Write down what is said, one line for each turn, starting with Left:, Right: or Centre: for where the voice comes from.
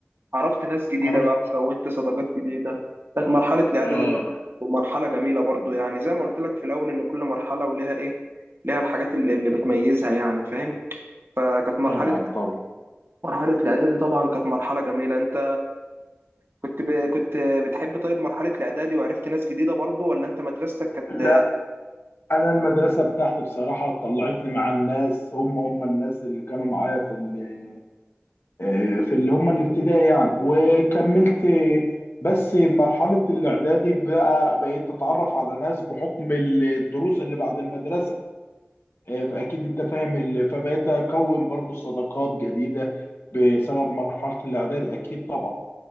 Right: عرفت ناس جديدة
Left: عرفت
Right: بقى وكونت صداقات جديدة كانت مرحلة الإعدادي
Left: اه
Right: برضه مرحلة جميلة برضه يعني زي ما قلت لك في الأول إن كل مرحلة ولها إيه لها الحاجات اللي, اللي بتميزها يعني فاهم فكانت مرحلة
Left: طبعا طبعا
Right: مرحلة الإعدادي طبعا كانت مرحلة جميلة أنت كنت ب... كنت بتحب طيب مرحلة الإعدادي وعرفت ناس جديدة برضه ولا أنت مدرستك كانت
Left: لا انا المدرسه بتاعتي بصراحه طلعتني مع الناس هم هم الناس اللي كانوا معايا في ال- آه، في اللي هم الابتدائي يعني وكملت بس مرحله الاعدادي بقى بقيت اتعرف على ناس بحكم الدروس اللي بعد المدرسه آه، فاكيد انت فاهم ال- فبقيت اكون برضو صداقات جديده بسبب مرحله الاعدادي اكيد طبعا